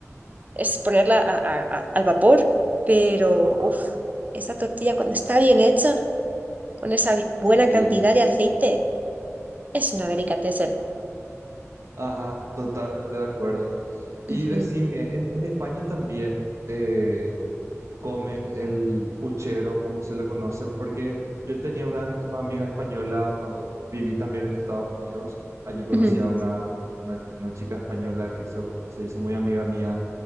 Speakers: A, on the right; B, on the right.
A: es ponerla a- a- a- al vapor, pero
B: ajá,
A: uff, esa tortilla cuando está bien hecha, con esa buena
B: sí,
A: cantidad de aceite, es una delicatessen.
B: ajá, totalmente de acuerdo. Y
A: Ujú.
B: decime, en, en España también eh, comen el puchero, como se le conoce, porque yo tenía una, una amiga española cuando viví también en Estados Unidos. Allí conocí
A: Ujú.
B: a una, una, una chica española que se, se hizo muy amiga mía.